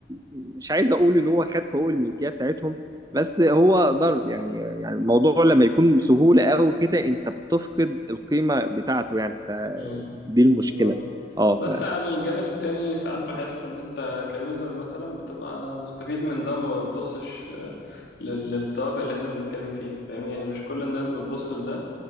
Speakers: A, on the right; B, on the left.
A: مش عايز اقول ان هو خد حقوق الملكيه بتاعتهم بس هو ضر يعني يعني الموضوع لما يكون بسهوله قوي كده انت بتفقد القيمه بتاعته يعني
B: امم
A: فدي المشكله
B: بالظبط
A: اه ف
B: بس على الجانب التاني ساعات بحس ان انت كيوزر مثلا بتبقى مستفيد من ده وما بتبصش آه، لل- للتوابع اللي احنا بنتكلم فيه فاهمني يعني مش كل الناس بتبص لده